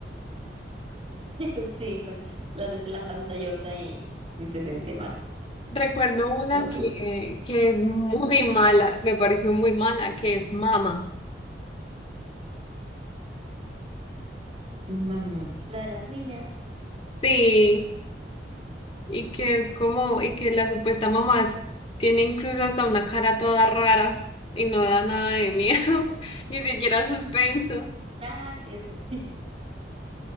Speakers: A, on the right; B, on the left.
A: <laughs> Sí, pues las ves en la pantallota y, y se siente más
B: Recuerdo una
A: los
B: que,
A: sustos.
B: que es muy mala, me pareció muy mala, que es Mama.
A: Mamá, la de las niñas.
B: Sí, y que es como, y que la supuesta mamá es- tiene incluso hasta una cara toda rara y no da nada de miedo, <laughs> ni siquiera suspenso.
A: Ah, sí, sí. <laughs>